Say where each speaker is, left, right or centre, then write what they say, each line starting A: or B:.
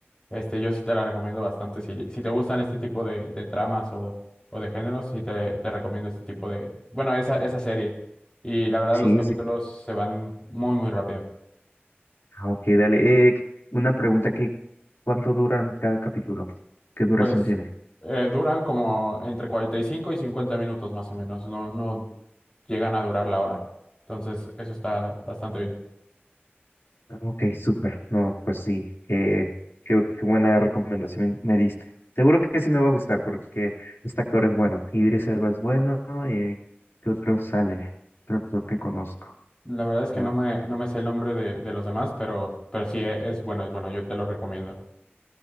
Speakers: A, on the left (about 20°); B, on the left (about 70°).
A: este, yo sí te la recomiendo bastante. Si, si te gustan este tipo de, de tramas o, o de géneros, sí te, te recomiendo este tipo de, bueno, esa, esa serie. Y la verdad
B: Sí,
A: los capítulos
B: sí.
A: se van muy, muy rápido.
B: Ah, ok, dale. Eh, una pregunta que, ¿cuánto duran cada capítulo? ¿Qué duración
A: Pues
B: tiene?
A: eh, duran como entre cuarenta y cinco y cincuenta minutos más o menos, no, no llegan a durar la hora. Entonces, eso está bastante bien.
B: Ah, Ok, súper. No, pues sí, eh, qué, qué buena recomendación me diste. Seguro que sí me va a gustar porque este actor es bueno. Idris Elba es bueno. Eh, ¿qué otro sale? Creo, creo que conozco.
A: La verdad es
B: Ah,
A: que no me, no me sé el nombre de, de los demás, pero, pero sí e- es bueno, es bueno, yo te lo recomiendo.